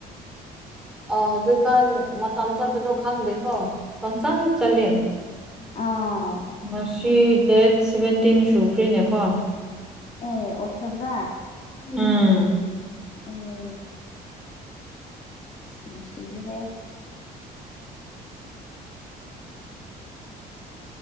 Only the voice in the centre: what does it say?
ꯑꯥ ꯍꯧꯖꯤꯛꯀꯥꯟ ꯃꯇꯝ ꯆꯠꯄꯗꯣ ꯈꯪꯗꯦꯀꯣ ꯄꯪꯆꯠ ꯆꯠꯂꯦ
ꯉꯁꯤ ꯗꯦꯠ ꯁꯚꯦꯟꯇꯤꯟ ꯁꯨꯈ꯭ꯔꯦꯅꯦꯀꯣ
ꯎꯝ